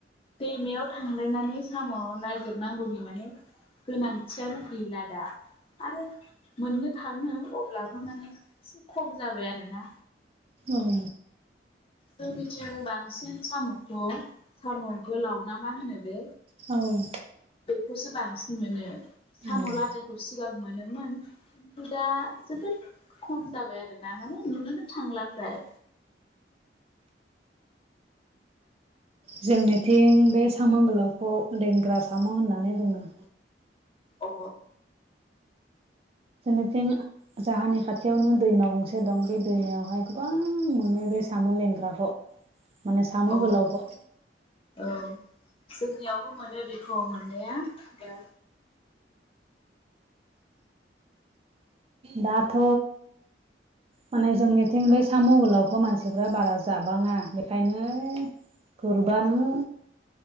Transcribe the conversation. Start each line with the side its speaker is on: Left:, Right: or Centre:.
Left: दैमायाव थांलायनानै साम' नागिरनांगौनि माने गोनांथियानो गैला दा आरो मोननो थाङो अब्लाबो माने एसे खम जाबाय आरोना
Right: उम
Left: जोंनिथिं बांसिन साम'खौ साम' गोलाव ना मा होनो बे
Right: औ
Left: बेखौसो बांसिन मोनो साम'
Right: औ
Left: लादायखौ सिगां मोनोमोन खिन्थु दा जोबोद खम जाबाय आरोना माने नुनोनो थांला फ्राय
Right: जोंनिथिं बे साम' गोलावखौ लेंग्रा साम' होननानै बुङो
Left: अ
Right: जोंनिथिं जोंहानि खाथियावनो दैमा गंसे दं बे दैमायावहाय गोबां मोनो बे साम' लेंग्राखौ माने साम'
Left: अ
Right: गोलावखौ
Left: औ जोंनियावबो मोनो बेखौ मोननाया दा
Right: दाथ' माने जोंनिथिं बे साम' गोलावखौ मानसिफ्रा बारा जाबाङा बेखायनो गुरबानो